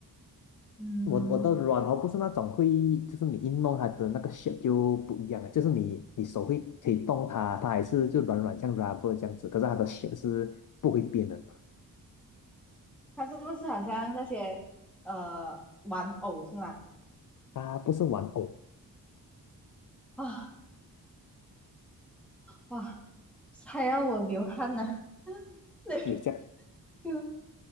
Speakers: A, in the centre; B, on the left (about 60°).
A: 嗯。
B: 我我的软毛不是那种会，就是你一弄它的那个 shape 就不一样了，就是你你手会可以动它，它还是就软软像 rubber 这样子，可是它的 shape 是不会变的，
A: 它是不是好像那些呃玩偶是吗？
B: 它不是玩偶，
A: 啊哇，还要我流汗呢，<laughs> 那
B: 有这样，
A: 就